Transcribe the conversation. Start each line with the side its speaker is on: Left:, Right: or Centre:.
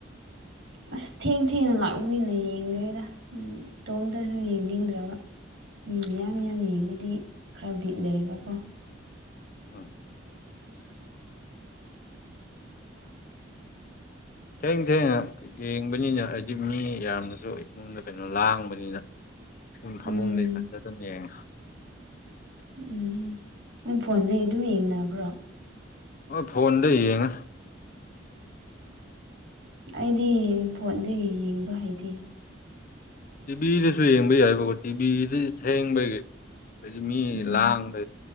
Right: ꯑꯁ ꯊꯦꯡ ꯊꯦꯡꯅ ꯂꯥꯛꯎꯅꯤꯅ ꯌꯦꯡꯗ꯭ꯔꯦꯗ ꯏꯇꯣꯝꯇꯁꯨ ꯌꯦꯡꯅꯤꯡꯗ꯭ꯔꯒ
Left: <unintelligible>
Right: ꯃꯤ ꯃꯤꯌꯥꯝ ꯌꯥꯝ ꯌꯦꯉꯒꯗꯤ ꯈꯔ ꯕꯤꯠ ꯂꯩꯌꯦꯕꯀꯣ
Left: ꯎꯝ ꯊꯦꯡ ꯊꯦꯡꯅ ꯌꯦꯡꯕꯅꯤꯅ ꯍꯥꯏꯗꯤ ꯃꯤ ꯌꯥꯝꯅꯁꯨ ꯏꯃꯨꯡꯗ ꯀꯩꯅꯣ ꯂꯥꯡꯕꯅꯤꯅ ꯎ ꯐꯃꯨꯡ
Right: ꯎꯝ
Left: ꯂꯩꯀꯥꯟꯗ ꯑꯗꯨꯝ ꯌꯦꯡꯉ
Right: ꯎꯝ ꯅ ꯐꯣꯟꯗ ꯑꯗꯨꯝ ꯌꯦꯡꯅꯕ꯭ꯔꯣ
Left: ꯍꯣꯏ ꯐꯣꯟꯗ ꯌꯦꯡꯉ
Right: ꯑꯩꯗꯤ ꯐꯣꯟꯗꯤ ꯌꯦꯡꯕ ꯍꯩꯇꯦ
Left: ꯇꯤꯚꯤꯗꯁꯨ ꯌꯦꯡꯕ ꯌꯥꯏꯕꯀꯣ ꯇꯤꯚꯤꯗ ꯁꯌꯦꯦꯡꯕꯩꯒꯤ ꯍꯥꯏꯗꯤ ꯃꯤ
Right: ꯎꯝ
Left: ꯂꯥꯡꯗ